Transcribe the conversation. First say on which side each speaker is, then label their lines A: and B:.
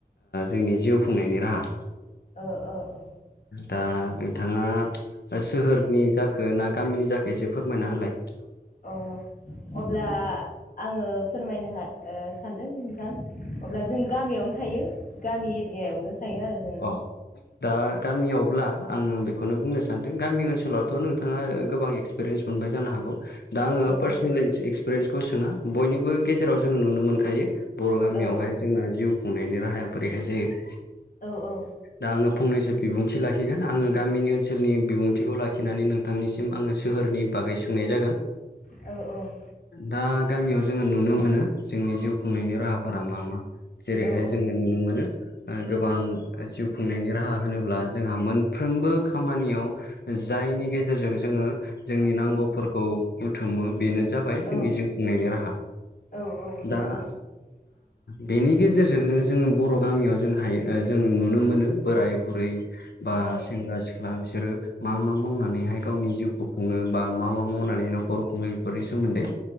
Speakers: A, on the left; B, on the left.
A: जोंनि जिउ खुंनायनि राहा।
B: ओ ओ ओ
A: दा नोंथाङा सोहोरनि जाखो ना गामिनि जाखो एसे फोरमायना होलाय।
B: अ अब्ला आङो फोरमायनो हाय ओ सानदों नोंथां अब्ला जों गामियावनो थायो। गामि एरियायावनो थायो आरो जों।
A: अ दा गामियावब्ला आङो बेखौनो बुंनो सानदों गामि ओनसोलावथ' नोंथाङा गोबां एक्स एक्सपिरियेन्स मोनबाय जानो हागौ। दा आङो
B: औ
A: पार्सनेल
B: औ
A: एक्सपिरियेन्सखौ सोङा बयनिबो गेजेराव जोङो नुनो मोनखायो। बर' गामियावहाय
B: औ
A: जोंना जिउ खुंनायनि राहाया बोरैहाय जायो।
B: औ औ
A: दा आङो फंनैसो बिबुंथि लाखिगोन आङो गामिनि ओनसोलनि बिबुंथिखौ लाखिनानै नों नोंथांनिसिम आङो सोहोरनि बागै सोंनाय जागोन।
B: औ औ
A: दा गामियाव जोङो नुनो मोनो जोंनि जिउ खुंनायनि राहाफोरा मा मा। जेरैहाय
B: औ
A: जोङो नुनो मोनो गोबां जिउ खुंनायनि राहा होनोब्ला जोंहा मोनफ्रोमबो खामानियाव जायनि गेजेरजों जोङो जोंनि नांगौफोरखौ बुथुमो बेनो जाबाय जोंनि
B: औ
A: जिउ खुंनायनि राहा
B: औ औ नंगौ
A: दा बेनि गेजेरजोंनो जों बर' गामियाव जों हायो जों नुनो मोनो बोराय बुरै बा
B: औ
A: सेंग्रा सि क्ला बिसोरो मा मा मावनानैहाय गावनि जिउखौ खुङो बा मा मा मावनानै न'खर खुङो बेफोरनि सोमोन्दै